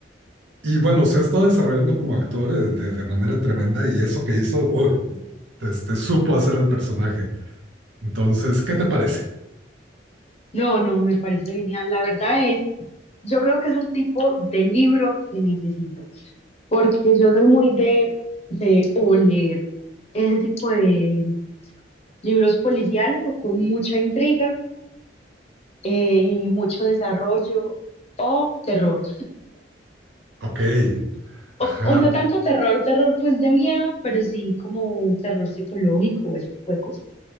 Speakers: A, on the right; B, on the left.
A: y bueno, se ha estado desarrollando como actor eh, de, de manera tremenda, y eso que hizo, uy, este, supo hacer el personaje. Entonces, ¿qué te parece?
B: No, no, me parece genial. La verdad es, yo creo que es el tipo de libro que necesito, porque yo soy muy de, de o leer ese tipo de libros policiales o con mucha intriga eh, y mucho desarrollo o terror.
A: Ok, ajá,
B: O, o no tanto terror, terror pues de miedo, pero sí como terror psicológico o ese tipo de cosas.